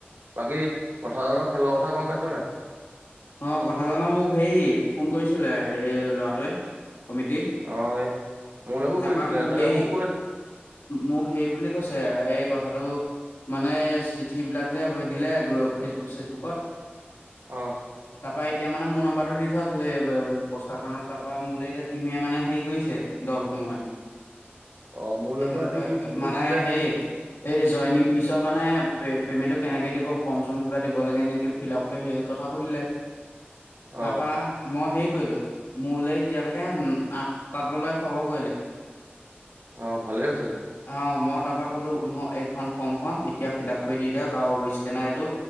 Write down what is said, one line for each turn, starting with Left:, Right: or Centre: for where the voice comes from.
Right: বাকী কথালৰ খেলৰ কথা গম পাইছ নাই।
Left: অ কথা জানো মোক হেৰি ফোন কৰিছিলে এই ল'ৰাটোৱে। কমিটি
Right: অ সেই মোলৈকো
Left: তা
Right: কৰিছিলে
Left: পা মো
Right: তাকে
Left: সেই
Right: মোক কৈ
Left: মোক হে বুলি কৈছে এই কথাটো মানে চিঠিবিলাক যে দিলে ফেচবুক চেচবুকত।
Right: অ।
Left: তাৰপা এতিয়া মানে মোৰ নম্বাৰটো দি থোৱা আছিলে পষ্টাৰখনত তাৰ পৰা মোলৈ এতিয়া টিমে মানে হেৰি কৰিছে দলসমূহে।
Right: অ মোলৈকো
Left: এম
Right: আজি
Left: বা
Right: সি ফোন কৰিছিলে
Left: মানে সেই এই জইনিং ফিছৰ মানে পেমেণ্টো কেনেকে দিব ফৰ্ম চম কিবা দিব লাগে নেকি ফিল আপ কৰি সেই কথ- সুধিলে
Right: অ
Left: তাৰ পৰা মই সেই কৰিলো, মোলৈ এতিয়ালৈকে আঠ তাতলৈ খবৰ কৰিলে।
Right: অ ভালে হৈছে।
Left: অ মই তাৰপা ত কলো মই এইখন ফৰ্মখন এতিয়া ফিল আপ কৰি দি দিয়ক আৰু স্কেনাৰ এইটো।